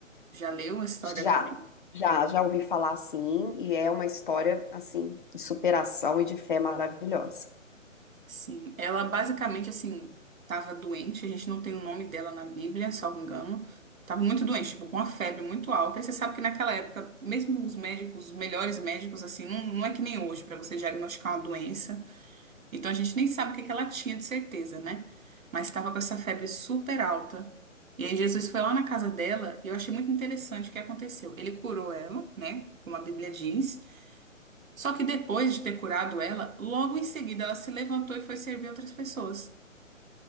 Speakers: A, on the right (about 80°); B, on the left (about 40°).
A: já leu a história
B: Já,
A: dela?
B: já, já ouvi falar assim, e é uma história assim de superação e de fé maravilhosa.
A: Sim, ela basicamente assim estava doente, a gente não tem o nome dela na Bíblia, salvo engano. Estava muito doente, tipo, com uma febre muito alta. E você sabe que naquela época, mesmo os médicos, os melhores médicos, assim, não, não é que nem hoje para você diagnosticar uma doença. Então a gente nem sabe o que que ela tinha de certeza, né? Mas estava com essa febre super alta. E aí Jesus foi lá na casa dela e eu achei muito interessante o que aconteceu. Ele curou ela, né? Como a Bíblia diz. Só que depois de ter curado ela, logo em seguida ela se levantou e foi servir outras pessoas.